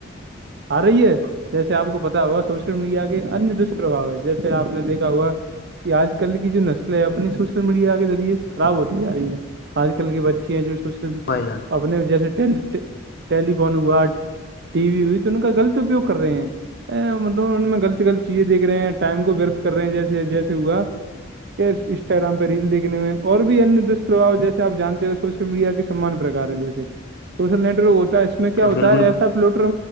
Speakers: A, on the right; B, on the left.
A: آ رہی ہے جیسے آپ کو پتا ہوا سوشل میڈیا کے انیہ دشپربھو ہے جیسے آپ نے دیکھا ہوا کہ آج کل کی جو نسلیں اپنی سوشل میڈیا کے ذریعے سے خراب ہوتی جا رہی ہیں آج کل کے بچے ہیں جو سو
B: بھائی جان
A: اپنے جیسے ٹیلیفون ہوا ٹی وی ہوئی ان کا غط اپیگ کر رہے ہیں مطلب ان میں غلط غلط چیزیں دیکھ رہ ہیں ٹائم کو ورت کر رہے ہیں جیسے جیسے ہوا انسٹاگرام پہ ریل دیکنے میں اور بھی ان دشپرھو جیسے آپ جانتے ہو میڈیا کے سمان پرکار ہیں جیسے سوشل نیٹ ورک ہوتا ہے اس میں کیا
B: ہاں
A: ہوتا
B: بالکل
A: ہے ایسا پلوٹر